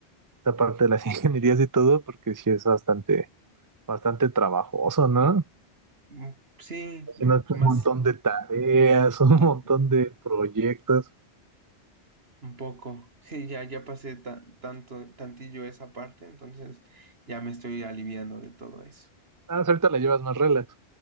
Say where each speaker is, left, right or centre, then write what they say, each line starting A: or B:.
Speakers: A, on the right; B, on the right.
A: esta parte de las <laughs> ingenierías y todo, porque sí es bastante, bastante trabajoso, ¿no?
B: Mm, Sí,
A: Imagínate
B: más
A: un montón de tareas, <laughs> un montón
B: exacto,
A: de proyectos.
B: un poco. Sí, ya, ya pasé ta- tanto, tantillo esa parte, entonces ya me estoy aliviando de todo eso.
A: Ah, sí, ahorita la llevas más relax.